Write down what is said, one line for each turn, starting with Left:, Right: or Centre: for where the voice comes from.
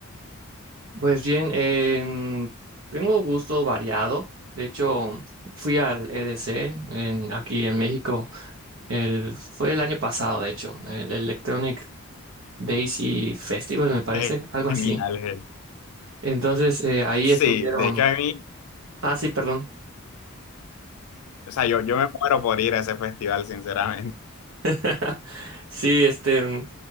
Right: Pues bien, em, tengo gusto variado. De hecho, fui al EDC en- aquí en México. El, fue el año pasado, de hecho, el Electronic Daisy Festival, me parece,
Left: <laughs>
Right: algo así.
Left: genial, genial.
Right: Entonces, eh, ahí
Left: Sí,
Right: estuvieron.
Left: de hecho a mí,
Right: Ah, sí, perdón.
Left: o sea, yo, yo me muero por ir a ese festival, sinceramente.
Right: <laughs> Sí, este, mm,